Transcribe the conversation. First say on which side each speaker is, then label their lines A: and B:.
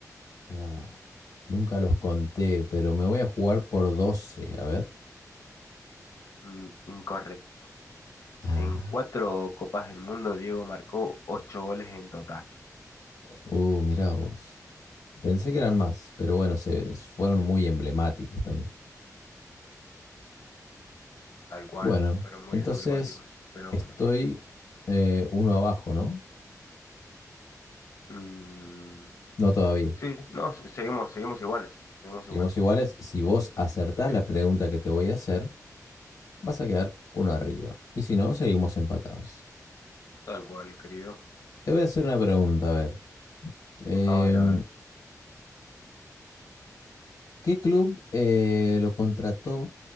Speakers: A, on the left; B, on the left.
A: ah, nunca los conté, pero me voy a jugar por 12, a ver.
B: Mm, incorrecto.
A: Ah,
B: En cuatro Copas del Mundo, Diego marcó 8 goles en total.
A: uh, mirá vos. Pensé que eran más, pero bueno, se fueron muy emblemáticos también.
B: Tal cual,
A: Bueno,
B: fueron muy
A: entonces
B: emblemáticos, pero
A: estoy
B: bueno.
A: eh, uno abajo, ¿no?
B: Mm,
A: No todavía.
B: sí, no, se- seguimos, seguimos iguales, seguimos
A: Seguimos
B: iguales.
A: iguales. Si vos acertás
B: Sí,
A: la pregunta que te voy a hacer, vas a quedar uno arriba. Y si no, seguimos empatados.
B: tal cual, querido.
A: Te voy a hacer una pregunta, a ver. Em,
B: A ver, a ver.
A: ¿qué club eh, lo contrató